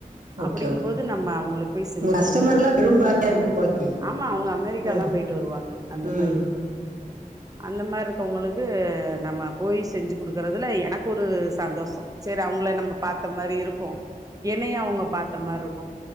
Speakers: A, on the right (about 25°); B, on the right (about 65°).
A: அப்படிங்கு
B: ஓகே ஓகே
A: போது நம்ம அவுங்களுக்கு போய் செஞ்சி
B: உங்க
A: குடுக்கனு
B: கஸ்டமர்லா பெரும் பாட்டா இருக்கும் போலக்கே
A: ஆமா அவுங்க அமெரிக்கா
B: ம்
A: எல்லா போய்ட் டு வருவாங்க அந்த
B: ம்
A: மாரி அந்த மாரி இருக்கவங்களுக்கு நம்ம போய் செஞ்சி குடுக்கறதுல எனக்கு ஒரு சந்தோஷோ செரி அவுங்கள நம்ப பாத்த மாரி இருக்கு என்னையு அவுங்க பாத்த மாரி இருக்கு